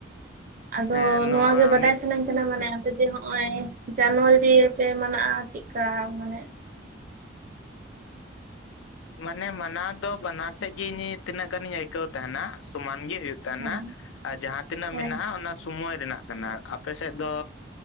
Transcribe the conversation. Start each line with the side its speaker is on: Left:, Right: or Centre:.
Right: ᱟᱫᱚ
Left: ᱦᱮᱸ
Right: ᱱᱚᱣᱟ ᱜᱮ ᱵᱟᱰᱟᱭ
Left: ᱢᱤᱫ
Right: ᱥᱟᱱᱟᱧ ᱠᱟᱱᱟ ᱠᱟᱱᱟ ᱢᱟᱱᱮ ᱟᱯᱮ ᱡᱮ ᱱᱚᱜ ᱚᱭ ᱡᱟᱱᱩᱣᱟᱨᱤ ᱯᱮ ᱢᱟᱱᱟᱜ ᱪᱮᱫᱠᱟ ᱢᱟᱱᱮ
Left: ᱢᱟᱱᱮ ᱢᱟᱱᱟᱣ ᱫᱚ ᱵᱟᱱᱟᱨ ᱥᱮᱫ ᱜᱮ ᱤᱧ ᱛᱤᱱᱟᱹᱜ ᱜᱟᱱᱤᱧ ᱟᱹᱭᱠᱟᱹᱣ ᱛᱟᱦᱮᱱᱟ ᱥᱚᱢᱟᱱ ᱜᱮ ᱦᱩᱭᱩᱜ ᱠᱟᱱᱟ
Right: ᱦᱳᱭ
Left: ᱟᱨ ᱡᱟᱦᱟᱸ ᱛᱤᱱᱟᱹᱜ
Right: ᱦᱮᱸ
Left: ᱢᱮᱱᱟᱜᱼᱟ ᱚᱱᱟ ᱥᱚᱢᱚᱭ ᱨᱮᱱᱟᱜ ᱠᱟᱱᱟ ᱟᱯᱮᱥᱮᱫ ᱫᱚ